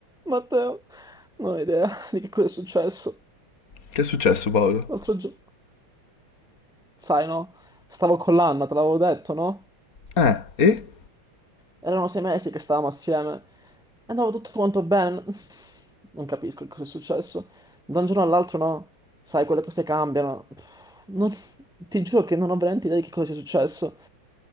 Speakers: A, in the centre; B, on the left (about 45°).
A: Matteo, non ho idea <laughs> di che cosa è successo.
B: Che è successo, Paolo?
A: L'altro giorno, sai, no? Stavo con l'Anna, te l'avevo detto, no?
B: Eh, e?
A: Erano sei mesi che stavamo assieme e andava tutto quanto bene. <laughs> Non capisco che cosa è successo. Da un giorno all'altro, no? Sai, quelle cose cambiano. Pff, non- <laughs> Ti giuro che non ho veramente idea di che cosa sia successo.